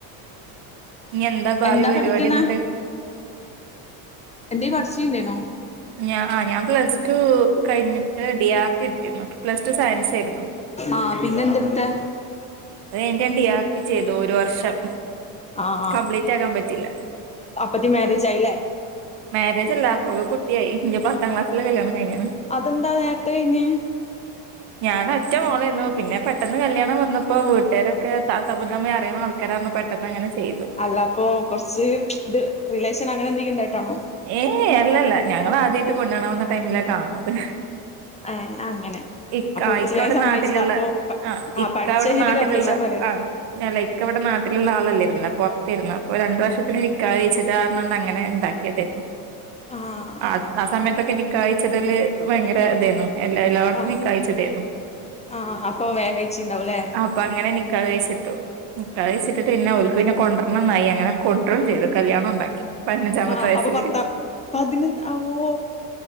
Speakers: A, on the right; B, on the left.
A: ഇഞ്ഞി എന്താ ഭാവി
B: എന്താ
A: പരിപാടി
B: പഠിക്കുന്ന
A: എന്നിട്ട്
B: എന്ത്യ പഠിച്‌ണ്ടേനോ.
A: ഞാ ആ ഞാൻ പ്ലസ് ടു കഴിഞ്ഞിട്ട് ഡി ആർ കെ എട്ത്തിര്ന്നു പ്ലസ് ടു സയൻസ് ഏഴ്രുന്നു.
B: ആഹ് പിന്നെ എന്തെടുത്തെ
A: അത് കഴിഞ്ഞ്ഡിയാർ കെ ചെയ്തു ഒരു വർഷം.
B: ആഹ്
A: കംപ്ലീറ്റ് ആക്കാൻ പറ്റിയില്ല
B: ആഅപ്പത്തി മാരേജ ആയില്ലേ
A: മാരേജ് അല്ല അപ്പൊ കുട്ട്യായി ഇന്റെ പത്താം ക്ലാസ്സിൽ കല്യാണം കഴിഞിണ്
B: അതെന്താ നേരത്തെ കഴിഞ്ഞേ
A: ഞാനാ ഒറ്റ മോളേന്നു പിന്നെ പെട്ടെന്ന് കല്യാണം വന്നപ്പോ വീട്ടാരൊക്കെ <unintelligible> അറിയണ ആൾക്കാര. പെട്ടന്ന് അങ്ങനെ ചെയ്തു
B: അല്ല അപ്പൊ കുറച്ച് ഇത് റിലേഷൻ അങ്ങനെ എന്തെങ്കിലും ഉണ്ടായിട്ടാണോ
A: ഏയ് അല്ലല്ല ഞങ്ങള് ആദ്യയിട്ട് പെണ്ണാണ്ണാൻ ടൈമിലാ കാൺണ്ണത്
B: ഏഹ് അങ്ങനെ
A: ഇക്ക
B: അപ്പൊ
A: ഇക്ക
B: വേഗം
A: ഇവിടെ
B: സമ്മതിച്ചതാ
A: നാട്ടിലുള്ള
B: അപ്പൊ
A: ആ ഇക്ക
B: പഠിച്ച്
A: ഇവിടെ
B: കഴിഞ്ഞിട്ട്
A: നാട്ടിലുള്ള
B: സമ്മതിച്ചാ പോരെ
A: ആ അല്ല ഇക്ക ഇവിടെ നാട്ടിലുള്ള ആളല്ലെർന്നു പുറത്ത് ഏർന്നു അപ്പൊ രണ്ടു വർഷത്തിന് നിക്കാഹ് കഴിച് കാരണം അങ്ങനെ ഇണ്ടാ ക്കിയതായിരുന്നു
B: ആ
A: ആഹ് അസമയത്തൊക്കെ നിക്കാഹ് കഴിച്ചിടൽ ഭയങ്കര ഇതായിരുന്നു എല്ലാ എല്ലായിടത്തു
B: ആ
A: നിക്കാഹ് കയിച്ട്ടായിരുന്നു.
B: ആഹ് അപ്പം വേഗം കഴിച്ചീ ഇണ്ടാവുംലേ
A: അപ്പൊ അങ്ങനെ നിക്കാഹ് കഴിച്ചിട്ടു. നിക്കാഹ് കഴിച്ചിട്ട് ട്ട് പിന്നെ ഓല്ക് പിന്നെ കൊണ്ടരണം ന്നായി അങ്ങനെ കൊണ്ടുറും ചെയ്തു കല്ല്യാന്നും ഉണ്ടാക്കി. പതിനഞ്ചാമത്തെ
B: ആഹ്
A: വയസ്സില്
B: അപ്പൊ പത്താം പതിനൊന്ന് അ ഓ